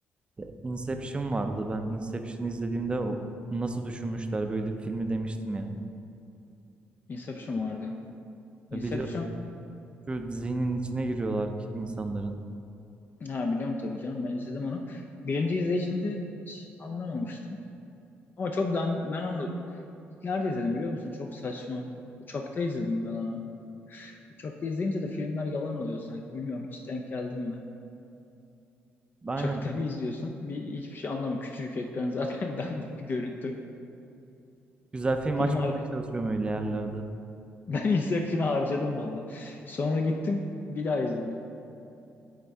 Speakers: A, on the right; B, on the left.
A: Ya, Inception vardı. Ben Inception'ı izlediğimde o- nasıl düşünmüşler böyle filmi demiştim yani.
B: Inception
A: Ya
B: vardı. Inception
A: E, Biliyorsun şu zihnin içine giriyorlar ki insanların.
B: ha biliyorum tabii canım ben izledim onu. Birinci izleyişimde hiç anlamamıştım. Ama çok ben, ben onu ilk nerede izledim biliyor musun? Çok saçma. Uçakta izledim ben onu. Uçakta izleyince de filmler yalan oluyor sanki. Bilmiyorum hiç denk geldim mi?
A: Aynen.
B: Uçakta bir izliyorsun. Bir hiçbir şey anlamıyor. Küçücük ekran zaten <laughs> dandik bir görüntü.
A: Güzel film
B: Filmi
A: açmamaya
B: hak.
A: çalışıyorum
B: <laughs>
A: öyle yerlerde.
B: Ben Inception'ı harcadım valla. Sonra gittim bir daha izledim.